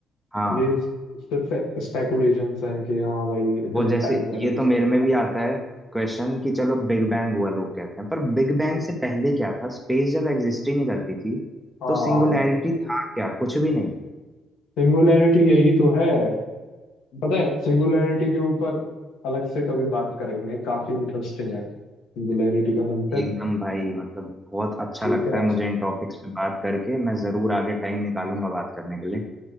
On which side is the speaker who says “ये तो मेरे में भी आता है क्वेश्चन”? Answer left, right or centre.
Centre